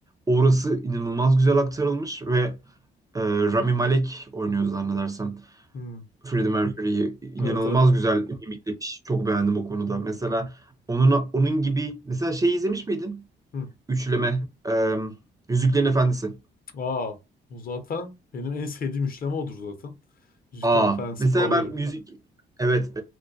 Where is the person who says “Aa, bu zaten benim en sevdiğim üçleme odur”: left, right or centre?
Left